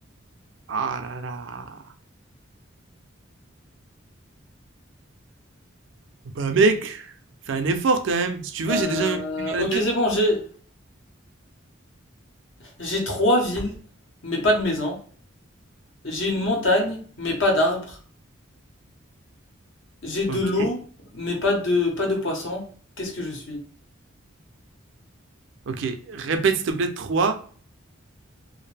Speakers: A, on the right; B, on the left.
A: Ah là là. Bah, mec, fais un effort, quand même. Si tu veux,
B: Euh,
A: j'ai déjà une dans
B: ok,
A: la tête.
B: c'est bon. J'ai, j'ai trois villes, mais pas de maison. J'ai une montagne, mais pas d'arbres. J'ai de
A: OK,
B: l'eau, mais pas de, pas de poissons. Qu'est-ce que je suis?
A: OK. Répète, s'il te plaît, 3.